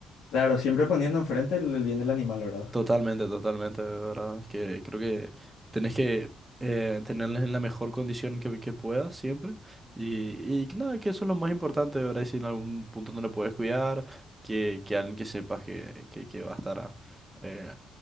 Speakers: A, on the left; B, on the right.
A: Claro, siempre poniendo enfrente el, el bien del animal, ¿verdad?
B: Totalmente, totalmente, de verdad. Que creo que tenés que eh, tenerles en la mejor condición que, que puedas siempre. Y, y que nada, que eso es lo más importante, de verdad. Y si en algún punto no le puedes cuidar, que, que alguien que sepas que, que, que va a estar, a- eh,